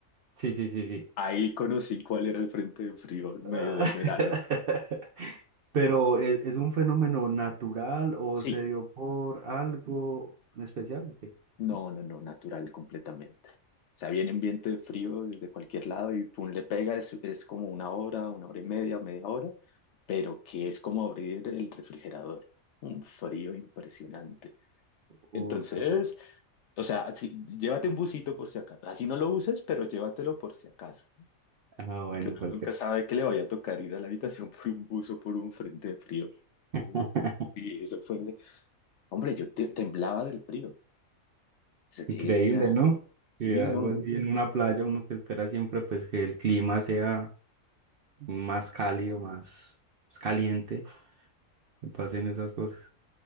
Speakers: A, on the right (about 60°); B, on the left (about 65°).
A: sí, sí, sí, sí.
B: Ahí conocí cuál era el frente de frío en
A: <laughs>
B: medio del verano.
A: Pero ¿es, es un fenómeno natural o
B: Sí,
A: se dio por algo en especial? ¿O qué?
B: No, no, no, natural completamente. O sea, viene un viento de frío desde cualquier lado y pum, le pega, es, es como una hora, una hora y media o media hora, pero que es como abrir el refrigerador. Un frío impresionante.
A: O
B: Entonces,
A: su-
B: o sea, sí, llévate un busito por si acaso. Así no lo uses, pero llévatelo por si acaso.
A: Ah, bueno,
B: Uno
A: cualquier.
B: Nunca sabe que le vaya a tocar ir a la habitación por un bus o por un frente de frío.
A: <laughs>
B: Entonces, Sí, eso fue. Hombre, yo te- temblaba del frío. O sea, que
A: Increíble,
B: era.
A: ¿no?
B: Sí,
A: Que algo
B: uno.
A: así en una playa, uno que espera siempre pues que el clima sea más cálido, más, más caliente, que pasen esas cosas.